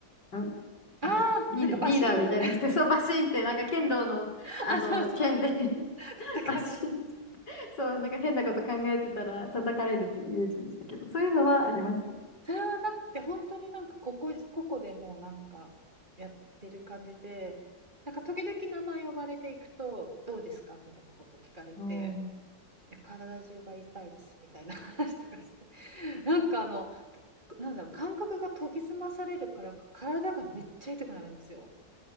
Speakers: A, on the left; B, on the right.
A: んなん
B: ああ、
A: かリーダー、
B: なんかバシーンって
A: リーダーみたいな人、そうバシンって、なんか剣道の、
B: <laughs>
A: あの、
B: あ、そうそう。
A: 剣で <laughs>
B: <laughs> 叩かれるやつ。
A: バシン、そう、なんか変なこと考えてたら叩かれるっていうイメージでしたけど、そういうのはあります。
B: それはなくて、本当になんかここ、ここでもうなんかやってる感じで、なんか時々名前呼ばれていくと、どうですかみたいなこと聞かれて、
A: おー
B: いや体中が痛いですみたいな話とかして、<laughs> なんかあの、なんだろう、感覚が研ぎ澄まされるからか、体がめっちゃ痛くなるんですよ。